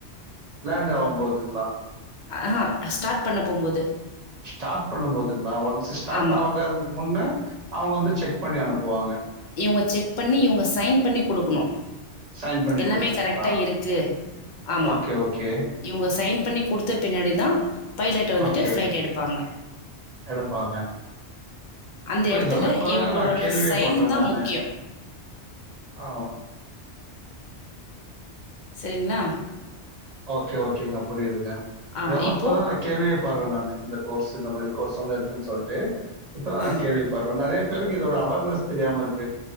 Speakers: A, on the right; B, on the left.
A: லேண்ட் ஆகும் போதுங்கலா
B: ஆஹ் ஸ்டார்ட் பண்ண போகும்போது
A: ஸ்டார்ட் பண்ண போதுங்களா ஒன்ஸ் ஸ்டார்ட்
B: ஆமா.
A: ஆகாதுக்கு முன்னே அவுங்க வந்து செக் பண்ணி அனுப்ப போவாங்க
B: இவுங்க செக் பண்ணி இவுங்க சைன் பண்ணி குடுக்கணும்
A: சைன் பண்ணி
B: எல்லாமே
A: குடுக்கணுங்களா?
B: கரெக்ட்டா இருக்கு ஆமா
A: ஓகே, ஓகே.
B: இவுங்க சயின்ஸ் பண்ணி கொடுத்த பின்னாடி தான் பைலட் வந்துட்டு
A: ஓகே.
B: பிளைட் எடுப்பாங்க
A: எடுப்பாங்க.
B: அந்த
A: இல்ல
B: இடத்துல
A: இதெல்லாம் இப்ப தாங்க
B: இவுங்களோட
A: நான் கேள்வியே
B: சைன்
A: படுறேன்
B: தா
A: நானு
B: முக்கியோ
A: ஆஹ்
B: சரிங்களா
A: ஓகே ஓகேங்க புரியுதுங்க
B: ஆ
A: இதெல்லாம்
B: இப்போ
A: இப்பதான் நான் கேள்வியே பாடுறேன் நானு இந்த கோர்ஸ் இந்த மாதிரி கோர்ஸ் எல்லாம் இருக்குன்னு சொல்ட்டு இப்பதான்
B: ஆ
A: நான் கேள்விப்படுறேன் நெறைய பேருக்கு இது ஒருஅவேர்னஸ் தெரியாம இருக்கு